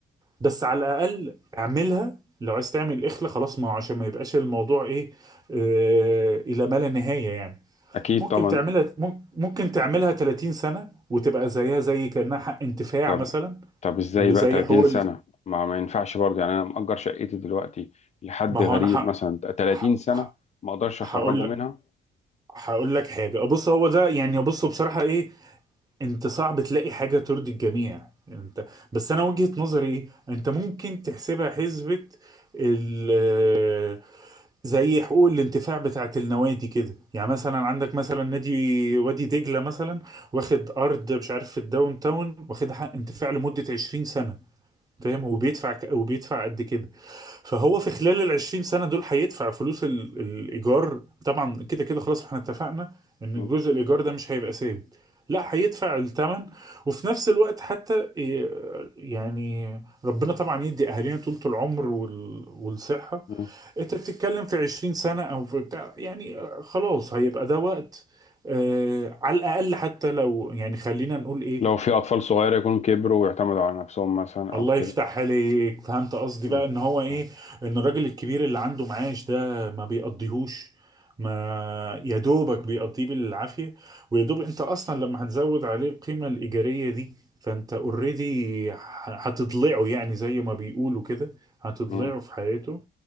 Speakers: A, on the right; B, on the left.
A: بس على الاقل اعملها لو عايز تعمل اخلة خلاص ما هو عشان ما يبقاش الموضوع ايه آه الى ما لا نهاية يعني
B: أكيد
A: ممكن
B: طبعا
A: تعملها مم- ممكن تعملها 30 سنة وتبقى زيها زي كأنها حق انتفاع
B: طب
A: مثلا
B: طب ازاي
A: اللي
B: بقى
A: زي
B: 30
A: حقوق
B: سنة ما ما ينفعش برضه يعني انا مأجر شقتي دلوقتي لحد
A: ما هو
B: غريب
A: انا ح-
B: مثلا 30
A: ح-
B: سنة
A: ح-
B: ما اقدرش اخرجه
A: هقول
B: منها
A: لك هقول لك حاجة بص هو ده يعني بص بصراحة ايه انت صعب تلاقي حاجة ترضي الجميع انت بس انا وجهة نظري ايه انت ممكن تحسبها حسبة ال زي حقوق الانتفاع بتاعت النوادي كده يعني مثلا عندك مثلا نادي وادي دجلة مثلا واخد أرض مش عارف في الداون تاون واخد حق انتفاع لمدة 20 سنة فاهم وبيدفع ك- وبيدفع قد كده فهو في خلال ال 20 سنه دول هيدفع فلوس ال- الايجار طبعا كده كده خلاص احنا اتفقنا ان
B: مم.
A: جزء الايجار ده مش هيبقى ثابت لا هيدفع الثمن وفي نفس الوقت حتى إيه، يعني ربنا طبعا يدي اهالينا طولة العمر وال- والصحه
B: مم.
A: انت بتتكلم في 20 سنة او في بتاع يعني آه، خلاص هيبقى ده وقت آه على الاقل حتى لو يعني خلينا نقول ايه
B: لو في اطفال صغيرة يكونوا كبروا ويعتمدوا على نفسهم مثلا او
A: الله
B: كده
A: يفتح عليك فهمت قصدي
B: مم.
A: بقى ان هو ايه
B: مم.
A: ان الراجل الكبير اللي عنده معاش ده ما بيقضيهوش ما يا دوبك بيقضيه بالعافية ويا دوب انت اصلا لما هتزود عليه القيمة الإيجارية دي فانت اوريدي هتضلعه يعني زي ما بيقولوا كده هتضلعه
B: مم.
A: في حياته